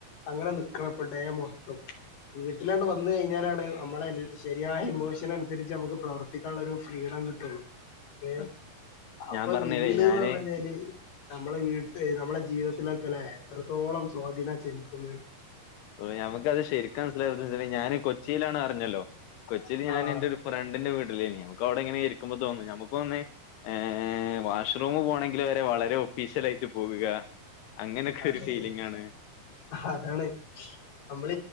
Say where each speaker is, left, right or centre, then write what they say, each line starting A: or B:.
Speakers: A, on the left; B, on the left.
A: അങ്ങനെ നിക്കണപ്പ ഡേ മൊത്തം വീട്ടിലാണ്ട് വന്ന കഴിഞ്ഞാലാണ് നമ്മളെ ശരിയായ ഇമോഷൻ അനുസരിച്ച് നമുക്ക് പ്രവർത്തിക്കാള്ളരു ഫ്രീഡം കിട്ടുള്ളൂ. ഏ
B: അത്
A: അപ്പൊ
B: ഞാൻ പറഞ്ഞില്ലേ
A: വീട്ന്ന്
B: ഞാന്
A: പറഞ്ഞ് കഴിഞ്ഞാല് നമ്മള വീട്ട് നമ്മളെ ജീവിതത്തിലൊക്കെ ലേ എത്രത്തോളം സ്വാധീനം ചെലുത്തുന്നെ.
B: ഞമ്മക്കത് <unintelligible> ഞാൻ കൊച്ചിയിലാണ് അറിഞ്ഞല്ലോ കൊച്ചിൽ ഞാൻ
A: ആഹ്
B: എന്റെ ഒരു ഫ്രണ്ടിന്റെ വീട്ടിലേ നമുക്ക്വിടെങ്ങനെ ഇരിക്കുമ്പോ തോന്നു നമുക്ക് വന്നേ ഏ വാഷ്റൂമ് പോകണമെങ്കിൽ വരെ വളരെ ഒഫീഷ്യൽ ആയിട്ട് പോകുക. അങ്ങനൊക്കെ
A: അതെ
B: ഒരു ഫീലിംഗ് ആണ്
A: അതാണ്. നമ്മൾ